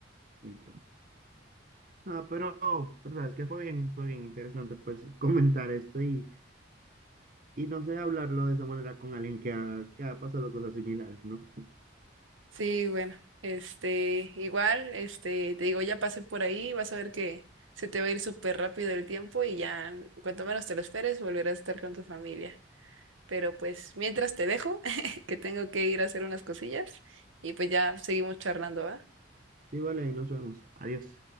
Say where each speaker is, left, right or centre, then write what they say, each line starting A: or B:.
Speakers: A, on the right; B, on the right.
A: Y claro. Ah, pero, pero sabes que fue bien, fue bien interesante pues <laughs> comentar esto y, y no sé, hablarlo de esa manera con alguien que ha, que ha pasado cosas similares, ¿no?
B: Sí, bueno, este, igual, este, te digo, ya pasé por ahí, vas a ver que se te va a ir súper rápido el tiempo y ya, cuanto menos te lo esperes, volverás a estar con tu familia. Pero pues mientras te dejo, <laughs> que tengo que ir a hacer unas cosillas y pues ya seguimos charlando, ¿va?
A: Sí, vale, ahí nos vemos. Adiós.